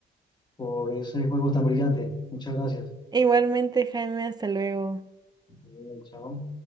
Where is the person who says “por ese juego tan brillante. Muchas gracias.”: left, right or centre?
Left